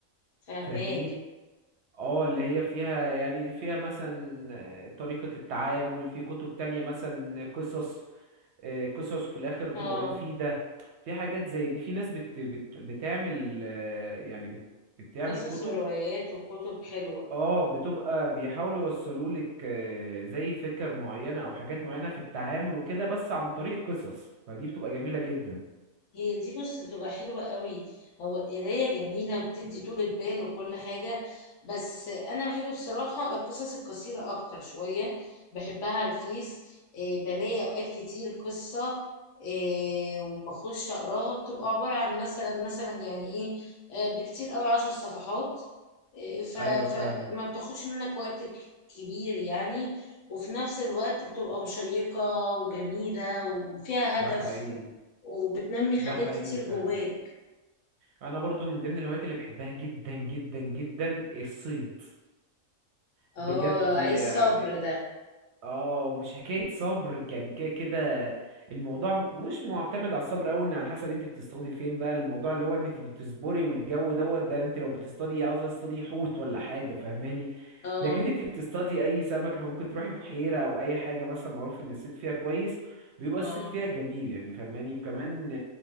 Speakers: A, on the left; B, on the right.
A: فاهماك
B: فاهماني اه اللي هي فيها يعني فيها مثلا آه، طريقة التعامل في كتب تانية مثلا قصص آه، قصص في الاخر بتبقى
A: اه
B: مفيدة في حاجات زي دي في ناس بت بت بتعمل آه، يعني بت بتعمل
A: قصص
B: كتب
A: وروايات وكتب حلوه
B: اه بتبقى بيحاولوا يوصلوا لك آه، زي فكر معينة او حاجات معينة في التعامل وكده بس عن طريق قصص فدي بتبقى جميلة جدا
A: هي دي بص بتبقى حلوة قوي هو القراية جميلة وبتدي طولة بال وكل حاجة بس أنا بحب بصراحة القصص القصيرة أكتر شوية بحبها على الفيس آه، بلاقي أوقات كتير قصة آه، وبخش أقراها بتبقى عبارة عن مثلا مثلا يعني إيه آه، بكتير قوي عشر صفحات آه، ف- فما
B: ايوه فاهمك
A: بتاخدش منك وقت ك- كبير يعني وفي نفس الوقت بتبقى مشيقة وجميلة وفيها
B: ده
A: هدف
B: حقيقي
A: وبتنمي حاجات
B: ده حقيقي
A: كتير
B: فعلا
A: جواك
B: انا برضو من ضمن الهوايات اللي بحبها جدا جدا جدا الصيد
A: اه
B: بجد يعني
A: عايز صبر ده
B: اه مش حكاية صبر يعني كده كده الموضوع مش معتمد على الصبر أوي ان على حسب انت بتصطادي فين بقى الموضوع اللي هو ان انت بتصبري والجو دوت ده انت لو بتصطادي إيه، عاوزة تصطادي حوت ولا حاجة فاهماني
A: اه
B: لكن انت بتصطادي اي سمكة فممكن تروحي بحيرة او اي حاجة مثلا معروف ان الصيد فيها كويس بيبقى
A: اه
B: الصيد فيها جميل يعني فاهماني وكمان